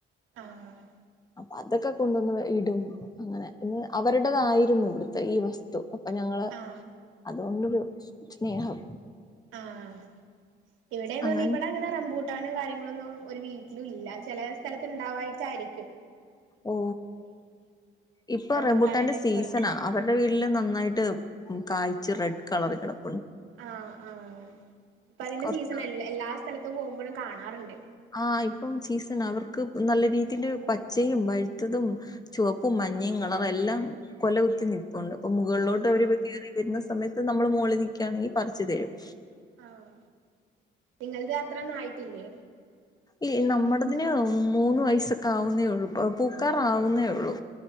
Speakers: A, on the right; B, on the left.
A: ആഹ്
B: അ അതൊക്കെ കൊണ്ടുവന്ന് ഇടും അങ്ങനെ ഇന്ന് അവരുടേതായിരുന്നു ഇവിടുത്തെ ഈ വസ്തു അപ്പൊ ഞങ്ങള്
A: ആഹ്
B: അതുകൊണ്ടൊരു സ്നേഹം
A: ആഹ ഇവിടെന്ന്ഞ്ഞാ
B: അങ്ങനെ
A: ഇവിടെ അങ്ങനെറമ്പൂ കട്ടാനും കാര്യങ്ങളൊന്നും ഒരു വീട്ടിലും ഇല്ല ചില സ്ഥലത്ത് ഉണ്ടാവായിട്ടായിരിക്കും
B: ഓ ഇപ്പൊ
A: റംബൂട്ടാനലൊക്കെ
B: റെംബുട്ടാന്റെ സീസണാ അവരുടെ വീട്ടില് നന്നായിട്ട് കായ്ച്ച് റെഡ് കളർ ഇടണം
A: ആഹ ആഹ ഇപ്പൊ അതിന്റെ
B: കൊറച്ച്
A: സീസൺ എ എല്ലാ സ്ഥലത്ത് പോകുമ്പോഴും കാണാറുണ്ട്
B: ആഹ ഇപ്പം സീസൺ അവർക്ക് നല്ല രീതിൽ പച്ചയും വഴുത്തതും ചുവപ്പും മഞ്ഞയും കളറ എല്ലാം കൊല കുുത്തി നിപ്പുണ്ട് ഇപ്പൊ മുകളിലോട്ട് അവരി
A: ആഹ്
B: കയറി വരുന്ന സമയത്ത് നമ്മള് മുകളിൽ നൽക്കുകയാണെങ്കിൽ പറിച്ചു തരും
A: ആഹ നിങ്ങത് അത്ര ഒന്നും ആയിട്ടില്ലേ
B: ഈ നമ്മടതിന് മൂന്ന് വയസൊക്കെ ആവുന്നേ ഉള്ളു പൂക്കാറ ആാവുന്നേ ഉള്ളു